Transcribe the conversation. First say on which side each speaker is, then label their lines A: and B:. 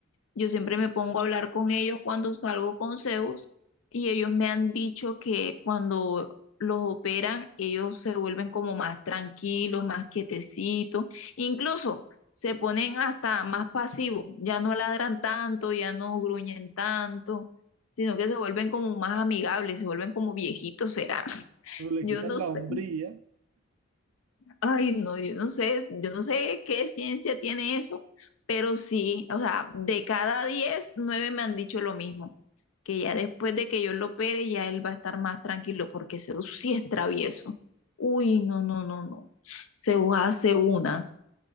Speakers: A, on the left (about 75°); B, on the right (about 85°).
A: Yo siempre me pongo a hablar con ellos cuando salgo con Zeus y ellos me han dicho que cuando los operan, ellos se vuelven como más tranquilos, más quietecitos, incluso se ponen hasta más pasivos, ya no ladran tanto, ya no gruñen tanto, sino que se vuelven como más amigables, se vuelven como viejitos, será. <laughs>
B: Pero le
A: Yo
B: quitan
A: no
B: la
A: sé,
B: hombría,
A: ay no, yo no sé, yo no sé qué ciencia tiene eso, pero sí, o sea, de cada 10 9 me han dicho lo mismo que ya después de que yo lo opere, ya él va a estar más tranquilo, porque Zeus sí es travieso. Uy, no, no, no, no. Zeus hace unas.